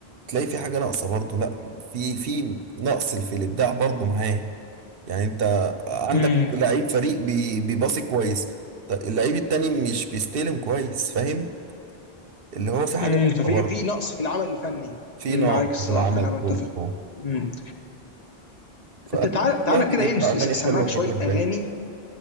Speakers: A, on the right; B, on the left.
A: تلاقي في حاجه ناقصه برضه لا في في نقص في الابداع برضه معاه يعني انت عندك
B: امم
A: لعيب فريق بي- بيباصي كويس طب اللعيب التاني مش بيستلم كويس فاهم اللي هو في حاجة
B: امم
A: ناقصة
B: ففي
A: برضه
B: في نقص في العمل الفني
A: في
B: مم،
A: نقص
B: معاك الصراحه
A: في العمل
B: انا متفق
A: كله
B: امم
A: فأتمنى
B: انت تعالى
A: والله
B: تعالى كده ايه
A: يطلع
B: نس-
A: أغاني
B: اسمعك
A: حلوة الفترة
B: شويه
A: الجاية
B: اغاني